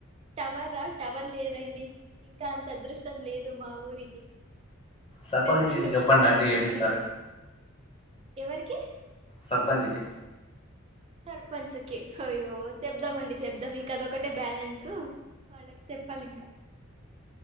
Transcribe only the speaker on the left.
సర్పంచ్కి
చెప్పండి
అండి ఏపిస్తారు
సర్పంచ్కి